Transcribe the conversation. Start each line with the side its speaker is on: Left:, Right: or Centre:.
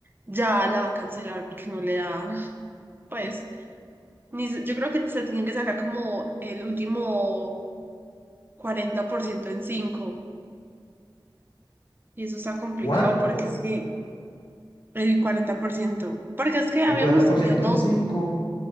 Right: Ya la va a cancelar porque no le da, pues, ni, se- yo creo que se tiene que sacar como el último 40% en cinco. Y eso está complicado
Left: ¿Cuánto?
Right: porque es que el 40% porque es que habíamos
Left: El cuarenta por
Right: tenido
Left: ciento
Right: dos,
Left: en 5.